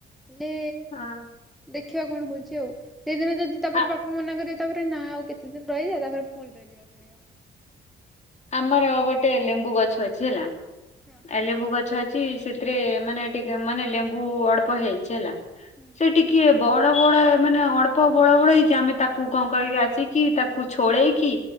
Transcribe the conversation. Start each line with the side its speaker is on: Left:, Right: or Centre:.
Centre: ହେଲେ
Left: ହଁ।
Centre: ଦେଖିବା କଣ ହଉଛି ଆଉ। ସେଇ ଦିନ ଯଦି, ତାପର
Left: ଆ
Centre: ବାପା ମନା କରିବେ ତାପରେ ନା ଆଉ କେତେ ଦିନ ରହିଯା। ତାପରେ ଫୁଣି ରହିଯିବାକୁ ପଡ଼ିବ।
Left: ଆମର ଗୋଟେ ଲେମ୍ବୁ ଗଛ ଅଛି ହେଲା।
Centre: ହଁ
Left: ଏ ଲେମ୍ବୁ ଗ ଛ ଅଛି, ସେଥିରେ ମାନେ ଟିକେ ମାନେ ଲେମ୍ବୁ ଅଳ୍ପ ହେଇଛି ହେଲା।
Centre: ହୁଁ
Left: ସେ ଟିକିଏ ବଡ଼ ବଡ଼, ମାନେ ଅଳ୍ପ ବଡ଼, ବଡ଼ ହେଇଛି। ଆମେ ତାକୁ କଣ, କରକି ଆସିକି, ତାକୁ ଛଳେଇକି